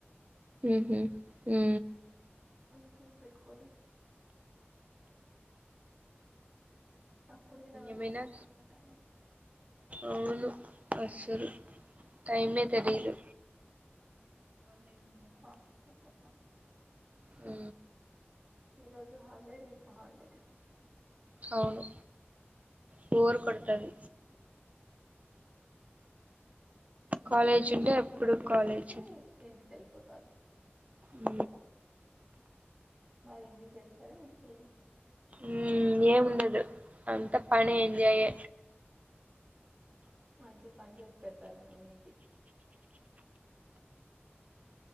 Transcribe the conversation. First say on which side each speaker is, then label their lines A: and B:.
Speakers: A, on the right (about 35°); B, on the right (about 20°).
A: ఉహు ఉ
B: అగు ఎమ్ బట్కలే అప్పుడే లెవెన్
A: ఏమైనా
B: అయిపోతుంది టైం
A: అవును అసలు టైమే తెలిదు
B: హ్మ్ ఫాస్ట్ పాప అ
A: ఆ
B: ఈ రోజు హాలిడే రేపు హాలిడే కదా
A: అవును బోర్ కొడతది
B: ఇంకేముంది
A: కాలేజ్ ఉంటే
B: మళ్ళీ
A: ఎప్పుడు
B: త్రీ డేస్
A: కాలేజ్
B: ఉంటే ఇంటికి వెళ్ళిపోతారు.
A: ఉ
B: బాగా ఎంజాయ్ చేస్తారా ఇంటికెళ్ళి
A: ఉమ్ ఏముండదు. అంత పని ఎంజాయే
B: మంచిగ పని చేసి పెడతారు మీ మమ్మీకి